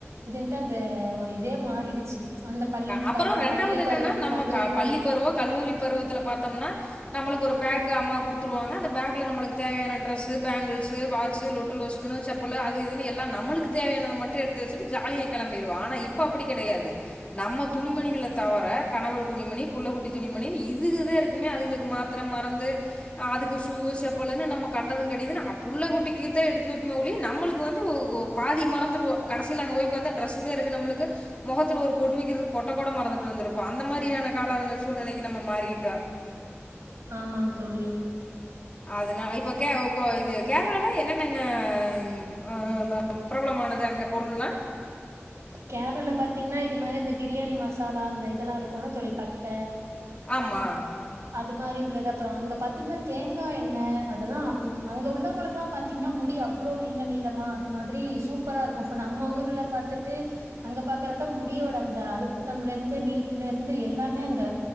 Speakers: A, on the right; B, on the left.
A: இதுன்ட்டு அந்த ஒரு இதே மாறிடுச்சு அந்த பள்
B: அப்புற
A: கல்
B: ரெண்டாவது
A: பள்ளி
B: என்னன்னா
A: பருவம்
B: நம்மக
A: கல்லூரி
B: பள்ளி பருவம் கல்லூரி பருவத்துல பாத்தம்னா நம்மளுக்கு ஒரு பேக் அம்மா குடுத்துருவாங்க அந்த பேக்ல நம்மளுக்கு தேவையான டிரஸ் பேங்கிள் வாுட்டு ல செ அது இதுன்னு எல்லா நம்மளுக்கு தேவயானதை மட்டு எடுத்து வச்சுட்டு ஜாலியா கிளம்பிடுவ ஆனா இப்ப அப்பு டி கடையாது நம்ம துணிமணிகள தவர கணவர் துணிமணி புள்ள குட்டி துணிமணி இதுக தா இருக்குமே அதுங்ளுக்கு மாத்ர மறந்து அதுக்கு சூவு செப்பலுனு நம்ம கண்டத அ புள்ளகுட்டிகு தா எடுத்து வெப்போமே ஒழிய நம்மளுக்கு வந்து ஒ ஒ ஒரு பாதி மறந்துருவ கடசில அங்கபோய் பாத்தா ட்ரஸ்சுதா இருக்கு நம்மளுக்கு மொகத்துல ஒரு பொட்டு வைக்கிறதுக்கு பொட்ட கூட மறந்துட்டு வந்திருப்போ அந்த மாரியான கால சூழ்நலைக்கு நம்ம மாறிட்டோ
A: ஆமாங் தோழி
B: அதுனா இப்ப கே கோ இது கேரளால என்னன்னங்க இங் அ ப்ராப்ளம் ஆனது அங்க பொருள்ல்லா
A: கேரளால பாத்தீங்கனா இது மாரி அந்த பிரியாணி மசாலா அந்த இதல்லா இருக்குல்ல தோழி பட்ட
B: ஆமா
A: அது மாரி உள்ளது அப்ற அங்க பாத்தீங்கனா தேங்கா எண்ண அதெல்லாம் அங்க உள்ளவங்களுக்லா பாத்தீங்கனா முடி அவ்ளோ நீள நீளமா அது மாதுரி சூப்பராக இருக்கு இப்போ நம்ம ஊர்ல பாத்து அங்க பாக்குறப்ப முடியோட அந்த அழுத்தம்ல இருந்து நீட்டுல இருந்து எல்லாமே அங்க